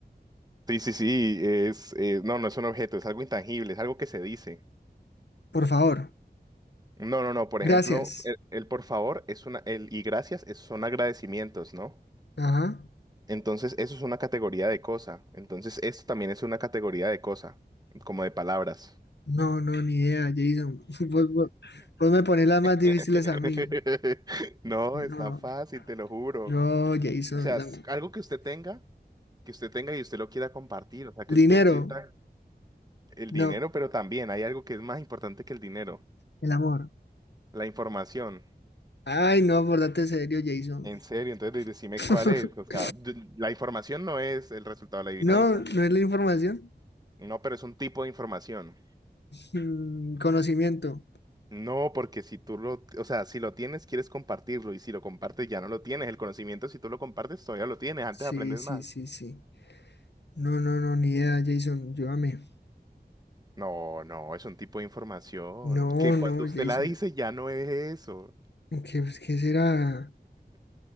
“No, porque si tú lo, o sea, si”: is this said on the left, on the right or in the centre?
Right